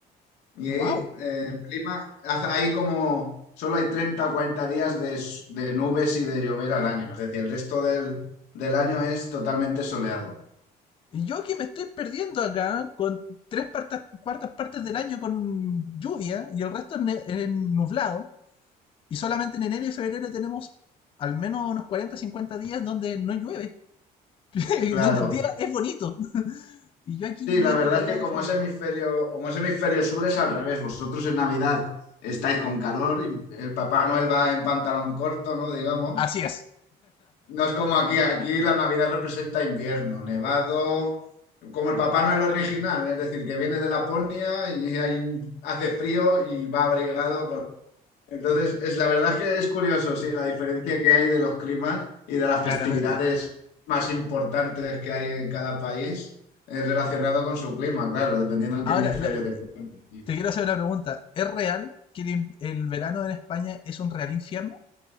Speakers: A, on the left (about 85°); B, on the left (about 30°).
A: Y
B: ¡Wow!
A: ahí, eh, el clima, hace ahí como solo hay treinta o 40 días de, s- de nubes y de llover al año. Es decir, el resto del, del año es totalmente soleado.
B: Y yo que me estoy perdiendo acá con tres partas- cuartas partes del año con lluvia y el resto es ne- es nublado. Y solamente en enero y febrero tenemos al menos unos 40 50 días donde no llueve, <laughs> y
A: Claro.
B: donde el día es bonito. Y yo aquí
A: Sí,
B: viviendo
A: la verdad
B: cagado
A: es que como
B: de frío.
A: es hemisferio, como es hemisferio sur es al revés. Vosotros en Navidad estáis con calor y el Papá Noel va en pantalón corto, ¿no? Digamos.
B: Así es,
A: No es como aquí, aquí la Navidad representa invierno, nevado, como el Papá Noel original, es decir, que viene de Laponia y hay un- hace frío y va abrigado con... Entonces, es, la verdad es que es curioso, sí, la diferencia que hay de los climas y de las
B: claramente.
A: festividades más importantes que hay en cada país eh, relacionado con su clima, claro, dependiendo en
B: Ahora,
A: qué hemisferio
B: la-
A: te encuentres.
B: te quiero hacer una pregunta. ¿Es real que el, in- el verano en España es un real infierno